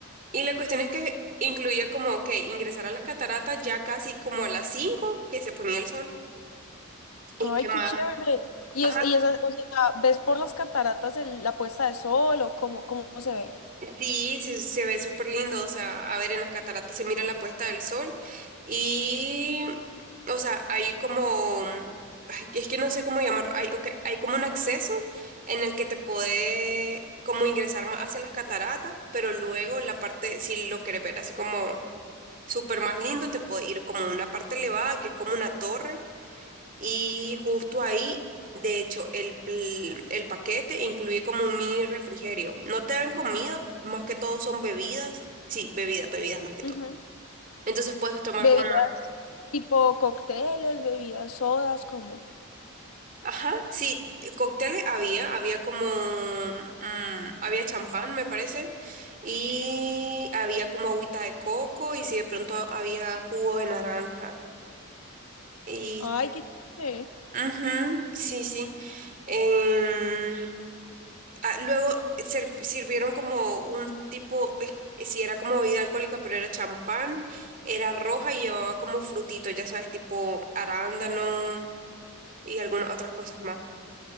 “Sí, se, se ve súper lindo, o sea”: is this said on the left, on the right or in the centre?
Right